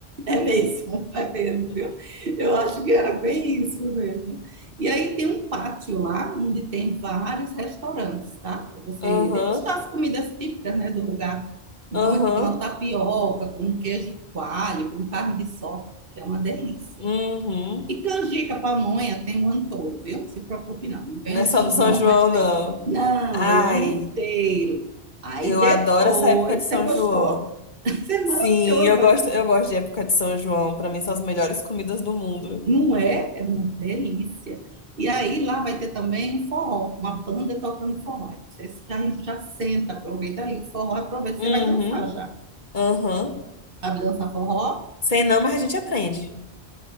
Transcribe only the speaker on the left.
Aham,
aham,
uhum.
Não
é só
do São
João,
não.
Ai.
Eu
adoro essa época de São
João.
Sim,
eu gosto, eu gosto de época de São João. Pra mim são as melhores comidas do mundo.
Uhum,
uhum.
Sei não, mas a gente aprende.